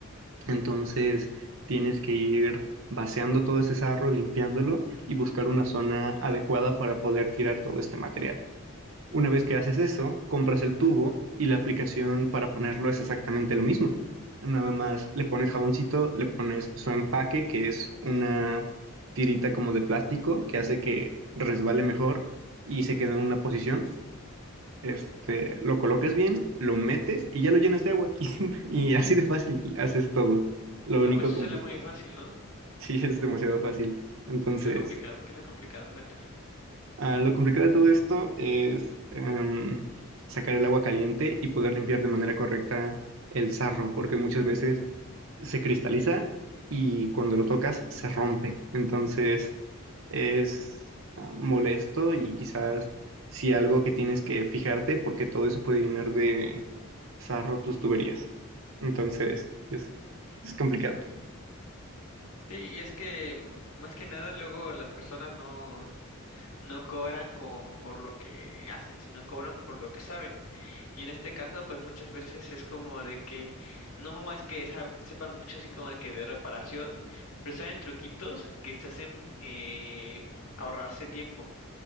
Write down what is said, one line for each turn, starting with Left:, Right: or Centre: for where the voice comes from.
Right: Entonces tienes que ir vaciando todo ese sarro, limpiándolo y buscar una zona adecuada para poder tirar todo este material. Una vez que haces eso, compras el tubo y la aplicación para ponerlo es exactamente lo mismo. Nada más le pones jaboncito, le pones su empaque, que es una tirita como de plástico que hace que resbale mejor y se queda en una posición este, lo colocas bien, lo metes y ya lo llenas de agua. <laughs> Y, y así de fácil haces todo. Lo
Left: No,
Right: único
Left: pues eso
Right: complicado.
Left: era muy fácil, ¿no?
Right: Sí, es demasiado fácil. Entonces,
Left: ¿Qué es lo complicado? ¿Qué es lo complicado? Cuenta.
Right: ah, lo complicado de todo esto es em, sacar el agua caliente y poder limpiar de manera correcta el sarro, porque muchas veces se cristaliza y cuando lo tocas se rompe. Entonces, es ah, molesto y quizás si algo que tienes que fijarte, porque todo eso puede llenar de zarro tus tuberías. Entonces, es, es complicado.
Left: Sí, y es que mm, más que nada luego las personas no, no cobran como por lo que hacen, sino cobran por lo que saben. Y en este caso, pues muchas veces es como de que no es que sa- sepan mucho así como de que de reparación, pero saben truquitos que te hacen eh, ahorrarse tiempo.